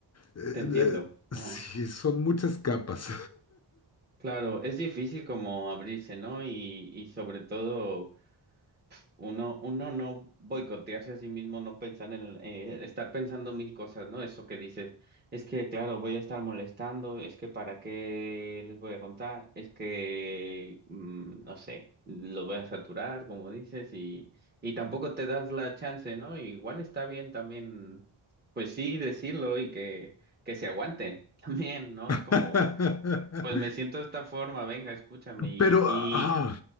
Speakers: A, on the left (about 35°); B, on the right (about 20°).
A: eh,
B: Te entiendo.
A: eh,
B: Ajá.
A: sí, son muchas capas.
B: Claro, es difícil como abrirse, ¿no? Y, y sobre todo. Uno, uno no boicotearse a sí mismo, no pensar en, eh, estar pensando mil cosas, ¿no? Eso que dices, es que, claro, voy a estar molestando, es que para qué les voy a contar, es que, mm, no sé, lo voy a saturar, como dices, y, y tampoco te das la chance, ¿no? Igual está bien también, pues sí, decirlo y que, que se aguanten <laughs> también, ¿no?
A: <laughs>
B: Es como, pues me siento de esta forma, venga, escúchame, y,
A: Pero
B: y,
A: ah,